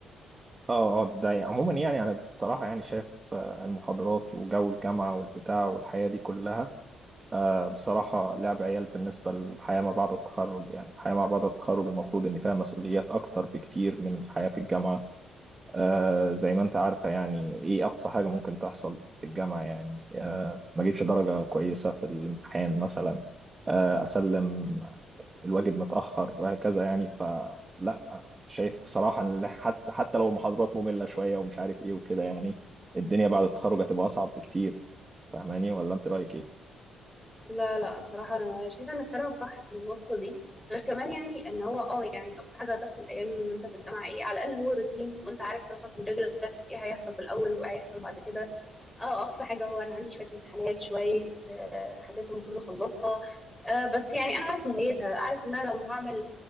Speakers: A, on the right (about 25°); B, in the centre.
A: اه اه ده يعني عموما يعني أنا بصراحة يعني شايف آه، المحاضرات وجو الجامعة والبتاع والحياة دي كلها آه، بصراحة لعب عيال بالنسبة للحياة ما بعد التخرج يعني الحياة ما بعد التخرج المفروض إن فيها مسؤوليات أكتر بكتير من الحياة في الجامعة آه، زي ما أنت عارفة يعني إيه أقصى حاجة ممكن تحصل في الجامعة يعني آه، ما أجيبش درجة كويسة في الامتحان مثلا آه، أسلم الواجب متأخر وهكذا يعني فلا شايف بصراحة إن حتى حتى لو المحاضرات مملة شوية ومش عارف إيه وكده يعني الدنيا بعد التخرج هتبقى أصعب بكتير فاهماني ولا أنت رأيك إيه؟
B: لا لا بصراحه انا شايفه ان كلامك صح في النقطه دي غير كمان يعني ان هو اه يعني اقصى حاجه هتحصل ايام ما انت في الجامعه ايه على الاقل هو روتين وانت عارف راسك من رجلك ايه هيحصل في الاول وايه هيحصل بعد كده اه اقصى حاجه هو انا عندي شويه امتحانات شويه آه، حاجات المفروض اخلصها آه، بس يعني انا عارف نهايتها عارف ان انا لو هعمل